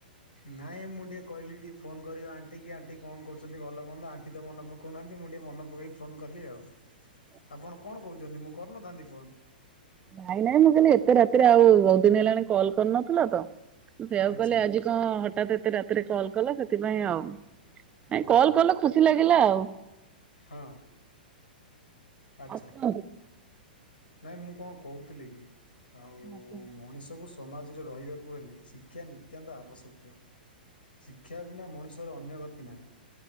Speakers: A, on the left; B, on the right.
A: ନାଇଁ, ମୁଁ ଟିକେ କହିଲି ଟିକେ ଫୋନ କରିବି ଆଣ୍ଟି କି, ଆଣ୍ଟି କଣ କରୁଛନ୍ତି, ଭଲ ମନ୍ଦ, ଆଣ୍ଟି ତ ମନ ପକ ଉ ନାହାନ୍ତି, ମୁଁ ଟିକେ ମନ ପକେଇ ଫୋନ୍ କଲି ଆଉ।
B: <inaudible>
A: ଆପଣ କଣ କହୁଛନ୍ତି, ମୁଁ କରିନଥାନ୍ତି ଫୋନ?
B: ନାଇଁ, ନାଇଁ, ମୁଁ କହିଲି ଏତେ ରାତିରେ ଆଉ ବହୁ ଦିନ ହେଲାଣି କଲ କରିନଥିଲ, ତ ସେଆକୁ
A: ଆଚ୍ଛା
B: କହିଲି ଆଜି ହଁ, ହଠାତ୍ ଏତେ ରାତିରେ କଲ୍ କଲ, ସେଥିପାଇଁ ଆଉ, ନାଇଁ,
A: ଓହୋ
B: କଲ୍ କଲ, ଖୁସି ଲାଗିଲା ଆଉ।
A: ହଁ, ଆଚ୍ଛା।
B: ଆଉ କଣ
A: ନାଇଁ, ମୁଁ କଣ କହୁଥିଲି କି? ଆଉ-ଉ
B: ଶିକ୍ଷାର
A: ମଣିଷକୁ ସମାଜରେ ରହିବାକୁ ହେଲେ ଶିକ୍ଷା ନିତ୍ୟାନ୍ତ ଆବଶ୍ୟକ୍ୟ। ଶିକ୍ଷା ବିନା ମଣିଷ ର ଅନ୍ୟ ଗତି ନାହିଁ।